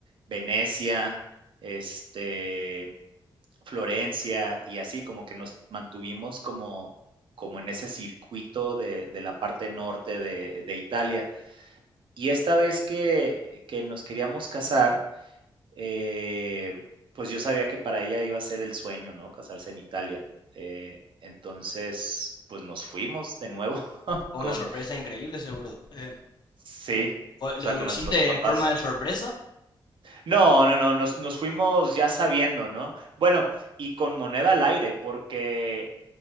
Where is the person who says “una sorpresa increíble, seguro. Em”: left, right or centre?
Left